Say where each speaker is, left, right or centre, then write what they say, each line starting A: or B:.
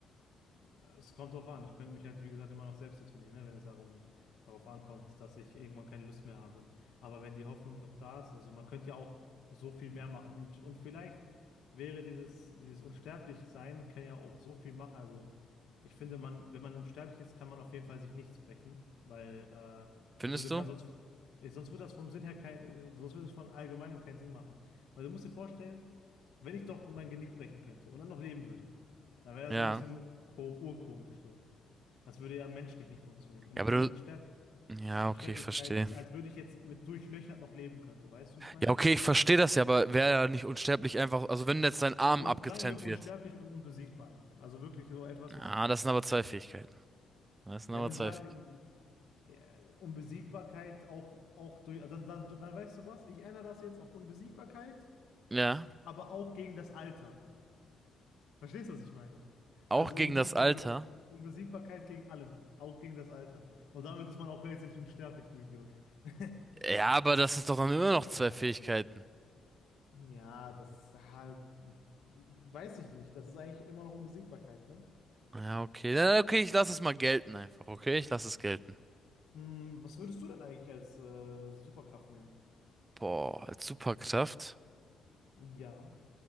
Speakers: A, on the left; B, on the right.
A: es kommt drauf an. Ich könnte mich halt, wie gesagt, immer noch selbst detonieren, ne, wenn es darum, darauf ankommt, dass ich irgendwann keine Lust mehr habe. Aber wenn die Hoffnung doch da ist, also man könnte ja auch so viel mehr machen. Und, und vielleicht wäre dieses, dieses Unsterblichsein, kann ja auch so viel machen. Also Ich finde, man, wenn man unsterblich ist, kann man auf jeden Fall sich nichts brechen, weil äh,
B: Findest
A: das würde ka-
B: du?
A: sonst, vom- äh, sonst würde das vom Sinn her kein, äh, sonst würde es von allgemeinem keinen Sinn machen. Weil du musst dir vorstellen, wenn ich doch mein Genick brechen könnte und dann noch leben würde, dann wäre das
B: Ja.
A: ja ein bisschen ko- urkomisch so. Das würde ja menschlich nicht funktionieren. Und
B: Ja,
A: ich
B: aber
A: meine,
B: du.
A: Unsterb-
B: Ja,
A: Unsterblichkeit
B: okay, ich verstehe.
A: ist, als würde ich jetzt mit durchlöchert noch leben können, so weißt du, ich meine.
B: Ja, okay, ich verstehe das ja, aber wäre ja nicht unsterblich einfach, also wenn jetzt dein Arm
A: Und
B: abgetrennt
A: sagen wir unsterblich
B: wird.
A: und unbesiegbar einfach. Also wirklich so etwas,
B: Ah,
A: was
B: das sind aber zwei Fähigkeiten. Das sind
A: Ja,
B: aber
A: dann
B: zwei
A: sagen,
B: Fähigkeiten.
A: ja, Unbesiegbarkeit auch, auch durch, also dann, dann, dann weißt du was, ich ändere das jetzt auf Unbesiegbarkeit,
B: Ja.
A: aber auch gegen das Alter. Verstehst du, was ich meine?
B: Auch
A: Also
B: gegen
A: unbesiegbar
B: das Alter?
A: gegen, Unbesiegbarkeit gegen allem, auch gegen das Alter. Und damit ist man auch gleichzeitig unsterblich, du Idiot. <laughs>
B: Ja, aber das ist doch dann immer noch
A: Das War
B: zwei
A: ein kleiner
B: Fähigkeiten.
A: Witz. Ja, das ah, weiß ich nicht. Das ist eigentlich immer noch Unbesiegbarkeit, ne?
B: Ja, okay. Na, okay, ich lasse es mal gelten einfach, okay? Ich lasse es gelten.
A: Hm, was würdest du denn eigentlich als äh, Superkraft nehmen?
B: Boah, als Superkraft.
A: Ja.